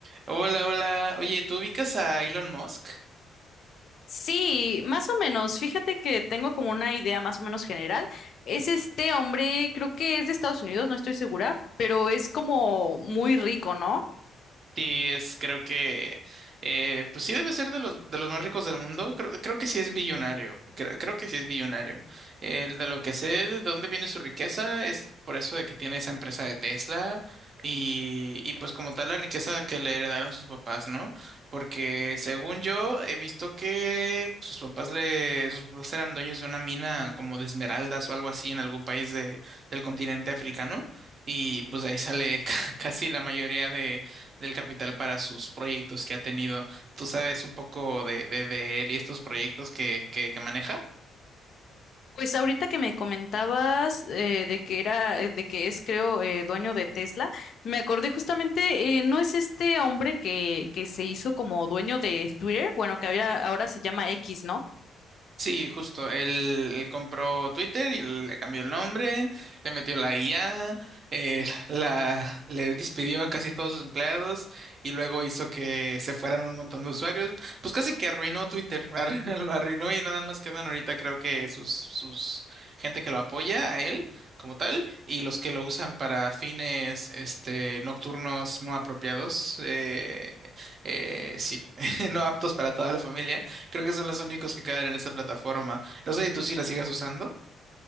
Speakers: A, on the right; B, on the left.
A: Hola, hola. Oye, ¿tú ubicas a Elon Musk?
B: Sí, más o menos. Fíjate que tengo como una idea más o menos general. Es este hombre, creo que es de Estados Unidos, no estoy segura, pero es como muy rico, ¿no?
A: Sí, es, creo que, eh, pues sí debe ser de los, de los más ricos del mundo. Creo, creo que sí es billonario. Creo, creo que sí es billonario. El de lo que sé de dónde viene su riqueza es por eso de que tiene esa empresa de Tesla y, y pues como tal la riqueza que le heredaron sus papás, ¿no? Porque según yo he visto que sus papás le, sus papás eran dueños de una mina como de esmeraldas o algo así en algún país de, del continente africano y pues de ahí sale <laughs> ca- casi la mayoría de del capital para sus proyectos que ha tenido. ¿Tú sabes un poco de, de, de él y estos proyectos que, que, que maneja?
B: Pues ahorita que me comentabas eh, de que era, eh, de que es, creo, eh, dueño de Tesla, me acordé justamente, eh, ¿no es este hombre que, que se hizo como dueño de Twitter? Bueno, que ahora, ahora se llama X, ¿no?
A: Sí, justo. Él, él compró Twitter y le cambió el nombre, le metió la IA, eh, la, le despidió a casi todos sus empleados y luego hizo que se fueran un montón de usuarios. Pues casi que arruinó Twitter, <laughs> ar- lo arruinó y nada más quedan ahorita creo que sus, sus gente que lo apoya a él como tal y los que lo usan para fines este, nocturnos no apropiados. eh, eh, sí, <laughs> no aptos para toda la familia. Creo que son los únicos que caen en esa plataforma. No sé si tú sí la sigas usando.